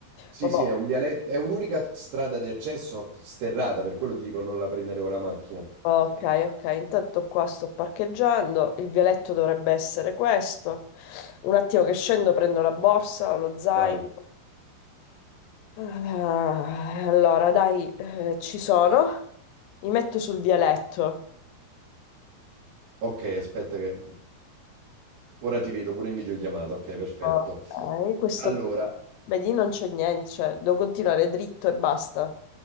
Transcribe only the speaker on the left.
Vabbè.
Ok, ok, intanto qua sto parcheggiando, il vialetto dovrebbe essere questo. Un attimo che scendo, prendo la borsa, lo zaino.
Ah, allora, dai, eh, ci sono. Mi metto sul vialetto.
Ecco, ok, questo...
Vedi, non c'è niente, cioè, devo continuare dritto e basta.